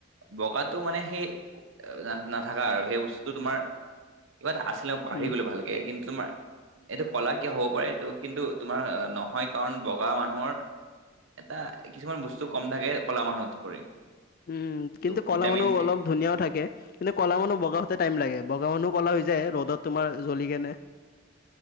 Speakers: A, on the right (about 75°); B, on the left (about 45°).
A: বগাটো মানে সেই আ না নাথা- কা আৰু সেই বস্তু তোমাৰ কিবা এটা আছিলে মই পাহৰি
B: উম
A: গলো ভালকে কিন্তু তোমাৰ এইটো কলা কিয় হব পাৰে এইটো কিন্তু তোমাৰ নহয় কাৰণ বগা মানুহৰ এটা কিছুমান বস্তু কম থাকে কলা মানুহত কৰি।
B: উম
A: এইটো
B: কিন্তু কলা
A: ভিটামিন
B: মানুহ
A: চি,
B: অলপ ধুনীয়াও থাকে। কিন্তু কলা মানুহ বগা হতে টাইম লাগে। বগা মানুহ কলা হৈ যায় ৰ'দত তোমাৰ জ্বলি কেনে।